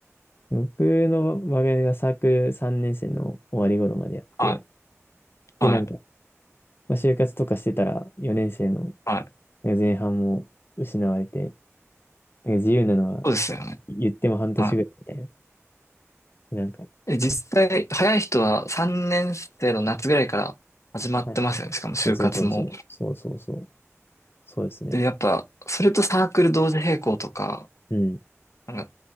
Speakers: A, on the left (about 45°); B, on the left (about 75°).
A: 僕の場合がサークル3年生の終わり頃までやって、
B: はい。
A: で、
B: はい。
A: なんか、まあ、就活とかしてたら、4年生の
B: はい。
A: なんか前半も失われて、なんか自由なのは
B: そうですよね。
A: 言っても半年ぐらいみたいな。
B: は
A: なんか、
B: い。え、実際、早い人は3年生の夏ぐらいから始まってますよね。
A: はいはいそうそうそうそう、
B: しかも就活も。
A: そうそうそう、そうですね。
B: で、やっぱ、それとサークル同時並行とか、
A: うん
B: なんか、